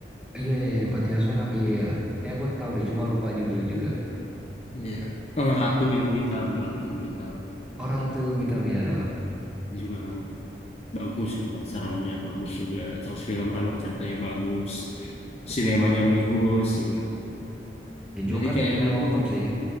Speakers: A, in the centre; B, on the left.
A: Iya, iya, yang di Panti Asuhan apa? Iya, ya. Kayak aku tahu deh, cuma lupa judul juga.
B: iya oh Ratu Ilmu Hitam Ratu Ilmu Hitam Iya
A: Orang
B: sih.
A: itu hitam ya.
B: Itu juga kan bagus itu kan seramnya bagus juga terus film alur ceritanya bagus sinemanya bagus gitu kan.
A: Ya, Jo
B: jadi
A: kan
B: kayak
A: memang
B: mungkin
A: top sih.